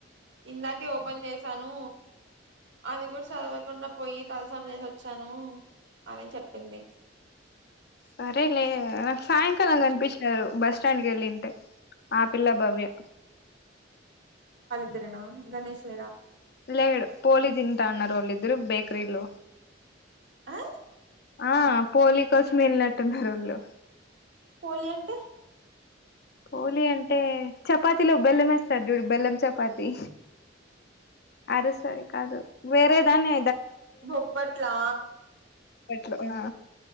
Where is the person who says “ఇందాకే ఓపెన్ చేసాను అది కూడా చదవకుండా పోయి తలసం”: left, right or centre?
Right